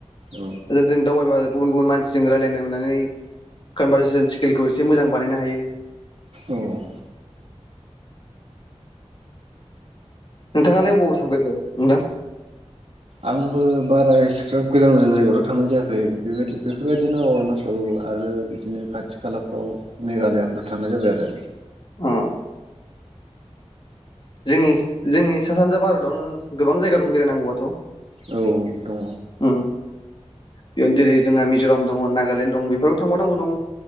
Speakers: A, on the right; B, on the left.
A: औ
B: ओजों जों दवबारबाब गुबुन गुबुन मानसिजों रायजलायनोवनानै कनभारसेसन स्किलखौ एसे मोजां बानायनो हायो।
A: औ।
B: नोंथाङालाय अबाव थांफेरखो। नोंदां।
A: आंबो बारा इसिग्राफब गोजान गोजान जायगायावथ' थांनाय जायाखै बेबायदि बेफोरबायदिनो अरुणाचल आरो बिदिनो खाथि खालाफ्राव मेघालयाफोराव थांनाय जाबाय आरो।
B: उम। जोंनिस जोंनिस सा सानजा भारतावनो गोबां‍ जायगा दं बेरायनांगौआथ'।
A: आरो औ दङ
B: उम बेयाव जेरै जोंना मिज'राम दङ नागालेण्ड दं बेफोराव थांबावनांगौ दं।